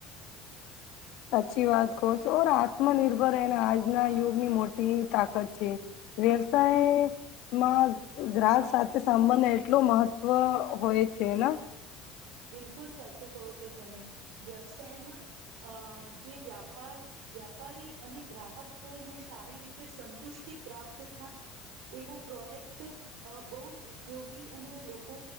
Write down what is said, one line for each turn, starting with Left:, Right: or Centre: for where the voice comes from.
Left: સાચી વાત કહો છો ઔર આત્મનિર્ભર એને આજના યુગ ની મોટી તાકાત છે. વ્યવસાય, માં ગ્રાહક સાથે સંબંધ એટલો મહત્વ હોય છે ને,
Right: બિલકુલ સાચું કહો છો તમે વ્યવસાયમાં અ જે વ્યાપાર, વ્યાપારી અને ગ્રાહક ને સારી રીતે સંતુષ્ટિ પ્રાપ્ત થાય, એવો પ્રોડેક્ટ, અ બહુ જ ઉપયોગી અને લોકો